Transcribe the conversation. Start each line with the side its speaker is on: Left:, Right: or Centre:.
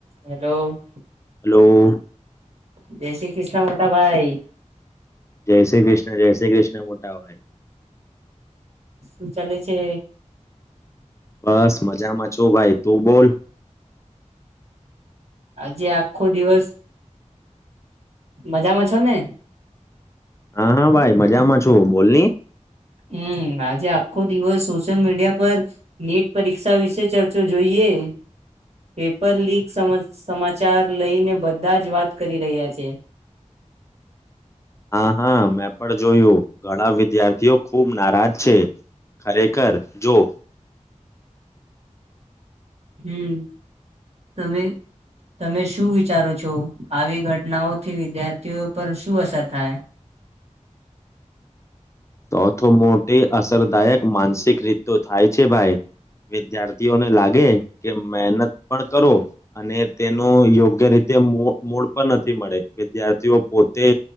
Right: Hello.
Left: Hello
Right: જય શ્રી કૃષ્ણ મોટાભાઈ.
Left: જય શ્રી કૃષ્ણ જય શ્રી કૃષ્ણ મોટા ભાઈ.
Right: શું ચલે છે.
Left: બસ મજામાં છો ભાઈ તું બોલ.
Right: આજે આખો દિવસ મજામાં છો ને.
Left: હા હા ભાઈ મજામાં છો બોલની.
Right: હમ આજે આખો દિવસ સોશિયલ મીડિયા પર નીટ પરીક્ષા વિશે ચર્ચો જોઈએ પેપર લીક સમાચાર લઈને બધા જ વાત કરી રહ્યા છે.
Left: હા હા મેં પણ જોયું. ઘણા વિદ્યાર્થીઓ ખુબ નારાજ છે ખરેખર જો.
Right: હમ તમે તમે શું વિચારો છો આવી ઘટનાઓથી વિદ્યાર્થીઓ પર શું અસર થાય.
Left: ચૌથ મોટી અસરદાયક માનસિક રીત થાય છે ભાઈ વિદ્યાર્થીઓને લાગે કે મહેનત પણ કરો અને તેનું યોગ્ય રીતે મૂળ પણ નથી મળે વિદ્યાર્થીઓ પોતે